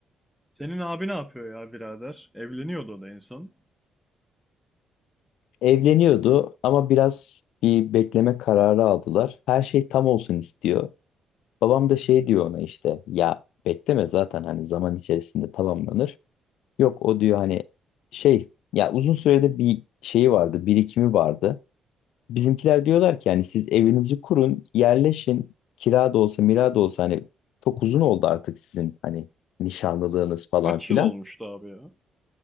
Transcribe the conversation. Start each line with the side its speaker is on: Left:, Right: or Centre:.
Centre: Senin abi ne yapıyor ya birader? Evleniyordu o da en son.
Left: Evleniyordu ama biraz bir bekleme kararı aldılar. Her şey tam olsun istiyor. Babam da şey diyor ona işte ya bekleme zaten hani zaman içerisinde tamamlanır. Yok o diyor hani şey ya uzun süredir bir şeyi vardı, birikimi vardı. Bizimkiler diyorlar ki yani siz evinizi kurun, yerleşin. Kira da olsa, mira da olsa hani çok uzun oldu artık sizin hani nişanlılığınız falan
Centre: Kaç
Left: filan.
Centre: yıl olmuştu abi ya?